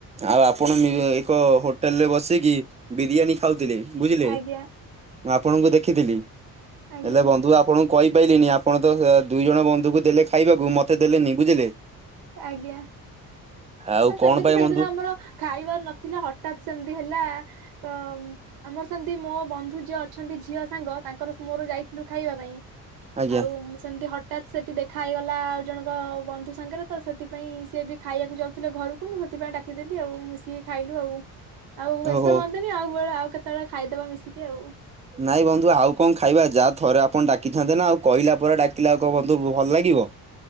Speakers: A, on the right (about 20°); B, on the right (about 70°).
A: ଆଉ ଆପଣ ଏକ ହୋଟେଲରେ ବସିକି ବିରିୟାନୀ ଖାଉଥିଲେ ବୁଝିଲେ
B: ଆଜ୍ଞା
A: ମୁଁ ଆପଣଙ୍କୁ ଦେଖିଥିଲି।
B: ଆଜ୍ଞା
A: ହେଲେ ବନ୍ଧୁ ଆପଣଙ୍କୁ କହିପାରିଲିନି। ଆପଣ ତ ଦୁଇ ଜଣ ବନ୍ଧୁକୁ ଦେଲେ ଖାଇବାକୁ ମତେ ଦେଲେନି ବୁଝିଲେ?
B: ଆଜ୍ଞା
A: ଆଉ
B: ଆ
A: କଣ
B: ସେମିତି
A: ପାଇଁ
B: ସେଦିନ
A: ବନ୍ଧୁ
B: ଆମର ଖାଇବାର ନଥିଲା ହଠାତ ସେମିତି ହେଲା। ତ ଆମର ସେମିତି ମୋ ବନ୍ଧୁ ଯିଅ ଅଛନ୍ତି। ଝିଅ ସାଙ୍ଗ ତାଙ୍କର ମୋର ଯାଇଥିଲୁ ଖାଇବା ପାଇଁ।
A: ଆଜ୍ଞା
B: ଆଉ ସେମିତି ହଠାତ୍ ସେଠି ଦେଖା ହେଇଗଲା। ଆଉ ଜଣଙ୍କ ବନ୍ଧୁ ସାଙ୍ଗରେ ତ ସେଥିପାଇଁ ସିଏ ବି ଖାଇବାକୁ ଯାଉଥିଲେ ଘରକୁ। ମୁଁ, ସେଥିପାଇଁ ଡାକିଦେଲି ଆଉ ମିଶିକି ଖାଇଲୁ ଆଉ ଆଉ ବେସ୍ତ
A: ଓହୋ
B: ହୁଅନ୍ତୁନି ଆଉ ବେଳେ ଆଉ କେତେବେଳେ ଖାଇଦବା ମିଶିକି ଆଉ
A: ନାଇଁ ବନ୍ଧୁ ଆଉ କଣ ଖାଇବା ଯାହା ଥରେ ଆପଣ ଡାକିଥାନ୍ତେ ନା ଆଉ କହିଲା ପରେ ଡାକିଲେ ଆଉ କଣ ବନ୍ଧୁ ଭଲ ଲାଗିବ?